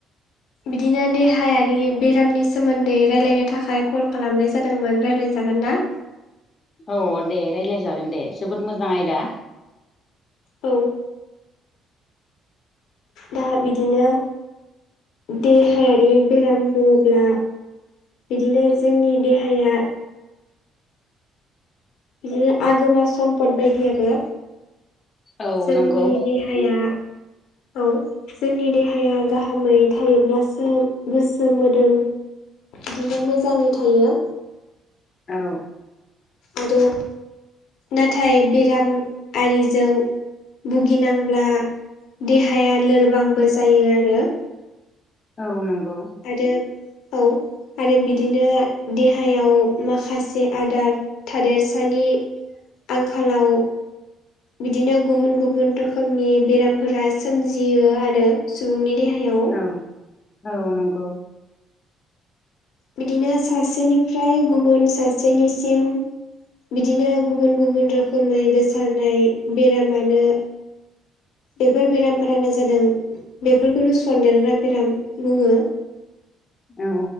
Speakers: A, on the left; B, on the left.
A: बिदिनो देहायारि बेरामनि सोमोन्दै रायलायनो थाखाय कल खालामनाय जादोंमोन रायलाय जागोनना? <inaudible>
B: औ दे रायलाय जागोन दे जोबोद मोजां आयदा।
A: औ दा बिदिनो देहायारि बेराम बुङोब्ला बिदिनो जोंनि देहाया बिदिनो आगोमा सम्फद बायदि आरो
B: औ
A: जोंनि
B: नंगौ
A: दे हाया औ जोंनि देहाया गाहामै थायोब्लासो गोसो मोदोम बिदिनो मोजाङै थायो।
B: औ
A: आरो नाथाय बेरामिजों भुगिनांब्ला देहाया लोरबांबो जायो आरो।
B: औ नंगौ।
A: आरो औ आरो बिदिनो देहायाव माखासे आदार थादेरसानि आंखालाव बिदिनो गुबुन गुबुन रोखोमनि बेरामफोरा सोमजियो आरो सुबुंनि देहायाव।
B: औ औ नंगौ
A: बिदिनो सासेनिफ्राय गुबुन सासेनिसिम बिदिनो गुबुन गुबुन रोखोमै गोसारनाय बेरामानो बेफोर बेरामफोरानो जादों बेफोरखौनो सन्देरग्रा बेराम बुङो।
B: औ